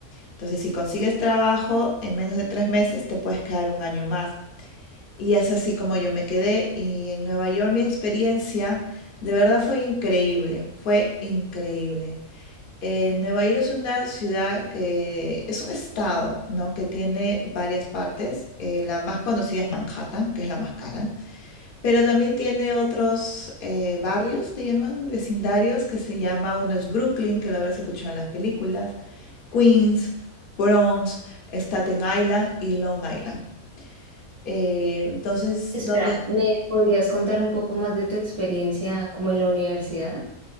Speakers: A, on the left; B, on the right.
A: Entonces, si consigues trabajo en menos de tres meses, te puedes quedar un año más. Y es así como yo me quedé y en Nueva York mi experiencia de verdad fue increíble, fue increíble. Eh, Nueva York es una ciudad que es un estado, ¿no? Que tiene varias partes. Eh, la más conocida es Manhattan, que es la más cara, pero también tiene otros eh, barrios, le llaman vecindarios, que se llama, uno es Brooklyn, que lo habrás escuchado en las películas, Queens, Bronx, Staten Island y Long Island. Eh, entonces,
B: Espera,
A: donde
B: ¿me podrías contar un poco más de tu experiencia como en la universidad?